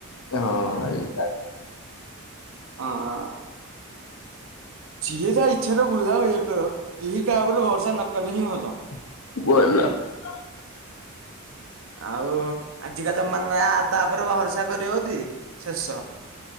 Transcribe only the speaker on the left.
ହଁ ଏଇ
<unintelligible>